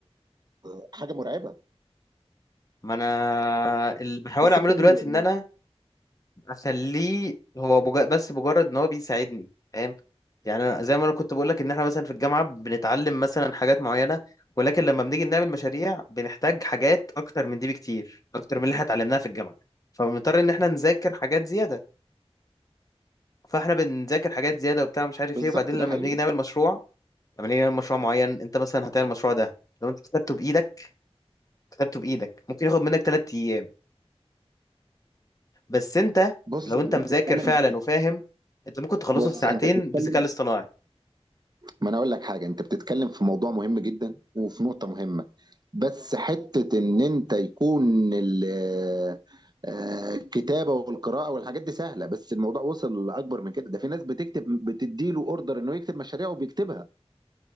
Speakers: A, on the right; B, on the left.
A: آه، حاجه مرعبه
B: ما انا اللي بحاول
A: بس
B: اعمله
A: انت قول
B: دلوقتي
A: لي يعني.
B: ان انا اخليه هو بج... بس مجرد ان هو بيساعدني فاهم يعني انا زي ما انا كنت بقول لك ان احنا مثلا في الجامعة بنتعلم مثلا حاجات معينة ولكن لما بنيجي نعمل مشاريع بنحتاج حاجات اكتر من دي بكتير اكتر من اللي احنا اتعلمناها في الجامعة فبنضطر ان احنا نذاكر حاجات زيادة فاحنا بنذاكر حاجات زيادة وبتاع مش عارف
A: بالظبط
B: ايه وبعدين
A: ده
B: لما
A: حقيقي
B: بنيجي نعمل مشروع لما نيجي نعمل مشروع معين انت مثلا هتعمل المشروع ده لو انت كتبته بايدك كتبته بايدك ممكن ياخد منك ثلاث ايام بس انت
A: بص
B: لو
A: انت
B: انت مذاكر
A: بتتكلم
B: فعلا وفاهم انت ممكن تخلصه
A: بص
B: في ساعتين
A: انت بتتكلم
B: بالذكاء الاصطناعي
A: ما انا اقول لك حاجه انت بتتكلم في موضوع مهم جدا وفي نقطه مهمه بس حتة إن أنت يكون ال- آه، الكتابة والقراءة والحاجات دي سهلة بس الموضوع وصل لأكبر من كده ده في ناس بتكتب بتديله أوردر إنه يكتب مشاريع وبيكتبها